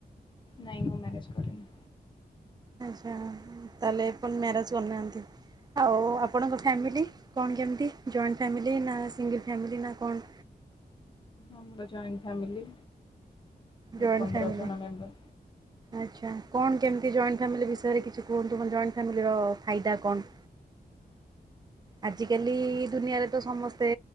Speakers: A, on the left; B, on the right.
A: ନାଇଁ ମୁଁ ମ୍ୟାରେଜ୍ କରିନି।
B: ଆଚ୍ଛା ତାହେଲେ ଆପଣ ମ୍ୟାରେଜ କରୁନାହାନ୍ତି ଆଉ ଆପଣଙ୍କ ଫ୍ୟାମିଲି କଣ କେମିତି ଜଏଣ୍ଟ ଫ୍ୟାମିଲି ନା ସିଙ୍ଗଲ୍ ଫ୍ୟାମିଲି ନା କଣ?
A: ଆମର ଜଏଣ୍ଟ ଫ୍ୟାମିଲି।
B: ଜଏଣ୍ଟ
A: ପନ୍ଦର
B: ଫାମିଲ୍
A: ଜଣ ମେମ୍ବର
B: ଆଛା। କଣ କେମିତି ଜଏଣ୍ଟ ଫ୍ୟାମିଲି ବିଷୟରେ କିଛି କୁହନ୍ତୁ ମ ଜଏଣ୍ଟ ଫ୍ୟାମିଲିର ଫାଇଦା କଣ? ଆଜିକାଲି ଦୁନିଆରେ ତ ସମସ୍ତେ